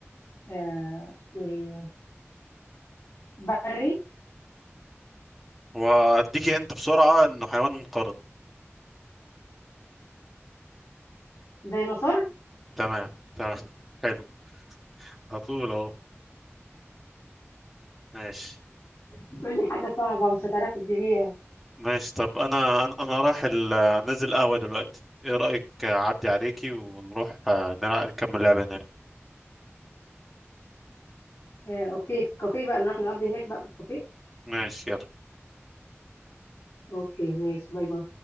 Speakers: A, on the left; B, in the centre.
A: آه إيه، بري
B: واديكي انت بسرعة انه حيوان منقرض
A: ديناصور <laughs>
B: تمام تمام <laughs> حلو على طول اهو ماشي
A: تقول لي حاجة صعبة مش هتعرفي تجيبيها
B: ماشي طب انا انا أنا رايح ال- نازل قهوة دلوقتي ايه رأيك اعدي عليكي ونروح آه، نلع- نكمل لعبة هناك
A: آه، اوكي في الكافيه بقى نروح نقضي هناك بقى في الكافيه
B: ماشي يلا
A: اوكي ماشي باي باي